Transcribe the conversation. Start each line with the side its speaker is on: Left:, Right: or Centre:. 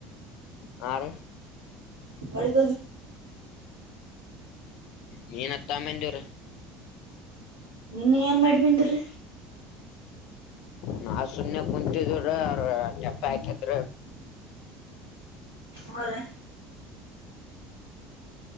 Left: ಹಾ ರಿ
Right: ಒ.. <unintelligible>
Left: ನೀೀನ ಎತ್ತಾ ಮಂದೂರೆ
Right: ನಿನ್ ಏನ್ ಮಾಡಿಬನ್್ರಿ
Left: ನಾ ಶೂನ್ ಕುಂಂತಿ ಜರ ಚಪ ಕತ್ರ
Right: ಬರ. <unintelligible>